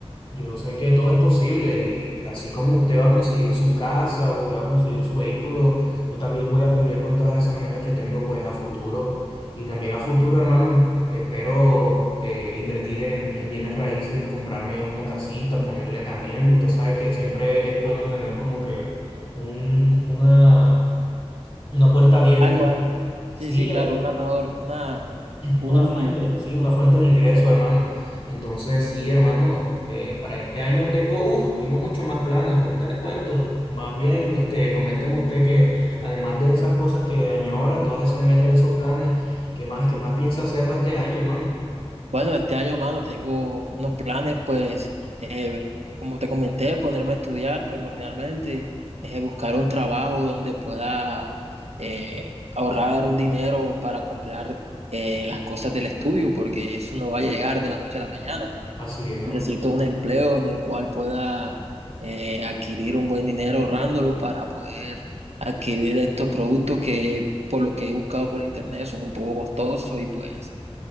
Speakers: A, on the left (about 55°); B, on the right (about 85°).
A: yo sé que todo es posible y así como usted va a conseguir su casa, usted va a conseguir su vehículo, yo también voy a cumplir con todas esas metas que tengo pues a futuro. Y también a futuro, hermano, em- espero eh, invertir en, en bienes raíces, comprarme una casita, ponerle en arriendo. Usted sabe que siempre es bueno tener como que un, una, una puerta abierta.
B: Algo, algo. Sí,
A: Sí,
B: sí, claro,
A: eh,
B: una mejor, una, un,
A: una fuente, sí, una fuente de ingreso, hermano. Entonces, sí, hermano, eh, para este año tengo, uff, tengo muchos más planes, ahorita le cuento. Más bien, este, coménteme usted que además de esas cosas que añora, todas esas metas y esos planes, ¿qué más, qué más piensa hacer para este año, hermano?
B: Bueno, este año, mano, tengo unos planes, pues, eh, como te comenté, ponerme a estudiar primordialmente, eh, buscar un trabajo donde pueda eh, ahorrar un dinero para comprar eh, las cosas del estudio, porque eso no va a llegar de la noche a la mañana, pues
A: Así es, hermano.
B: necesito un empleo en el cual pueda eh, adquirir un buen dinero ahorrándolo para poder adquirir estos productos que por lo que he buscado por internet son un poco costosos y pues...